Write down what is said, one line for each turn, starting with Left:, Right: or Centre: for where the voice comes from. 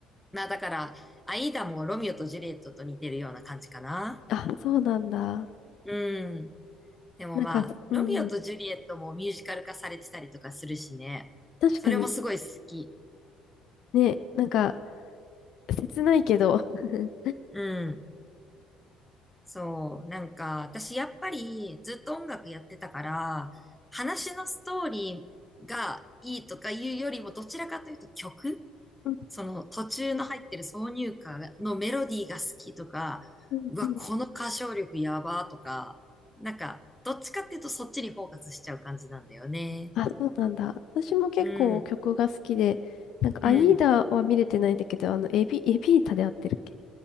Centre: まあだから、アイーダもロミオとジュリエットと似てるような感じかな。
Left: あ、そうなんだ。
Centre: うん。でもまあ、
Left: なんか、
Centre: ロミオとジュリエットもミュージカル化されてたりとかするしね。
Left: うん、うん。確かに、
Centre: それもすごい好き。
Left: ね、なんか、切ないけど。<laughs>
Centre: うん。そう。なんか、私やっぱりずっと音楽やってたから、話のストーリーがいいとかいうよりも、どちらかというと曲
Left: うん、
Centre: その途中の入ってる挿入歌のメロディーが好きとか、
Left: うん、
Centre: うわ、
Left: うん。
Centre: この歌唱力やばとか、なんか、どっちかっていうとそっちにフォーカスしちゃう感じなんだよね。
Left: あ、そうなんだ。私も結構曲が好きで、
Centre: うん。
Left: なんか、
Centre: うん。
Left: アイーダは見れてないんだけど、あの、エビ、エビータで合ってるっけ